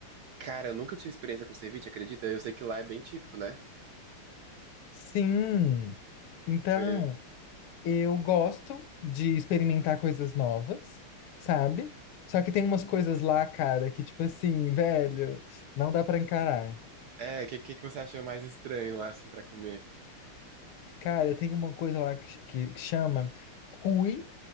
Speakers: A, on the right (about 80°); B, on the left (about 75°).
A: Cara, eu nunca tive experiência com ceviche, acredita? Eu sei que lá é bem típico, né?
B: Sim! Então,
A: Foi-
B: eu gosto de experimentar coisas novas, sabe? Só que tem umas coisas lá, cara, que, tipo assim, velho, não dá pra encarar.
A: É, o que, que que você achou mais estranho lá, assim, pra comer?
B: Cara, tem uma coisa lá que, que, que chama cuy,